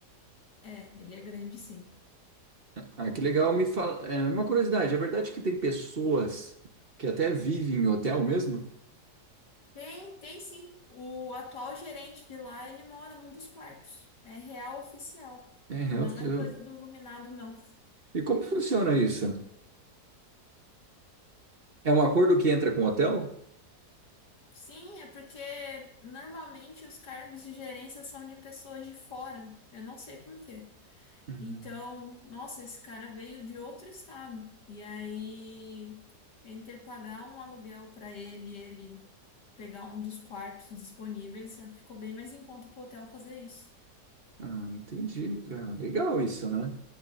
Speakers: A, on the left; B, on the right.
A: É, ele é grande, sim.
B: Ah, que legal. Me fala, é uma curiosidade, é verdade que tem pessoas que até vivem em hotel mesmo?
A: Tem, tem sim. O atual gerente de lá, ele mora num dos quartos. É real oficial.
B: É, é,
A: Não é
B: eu-
A: coisa do iluminado, não.
B: E como funciona isso? É um acordo que entra com o hotel?
A: Sim, é porque normalmente os cargos de gerência são de pessoas de fora. Eu não sei por quê.
B: Hum.
A: Então, nossa, esse cara veio de outro estado. E aí, entre pagar um aluguel para ele, e ele pegar um dos quartos disponíveis, ficou bem mais em conta pro hotel fazer isso.
B: Ah, entendi, cara. Legal isso, né?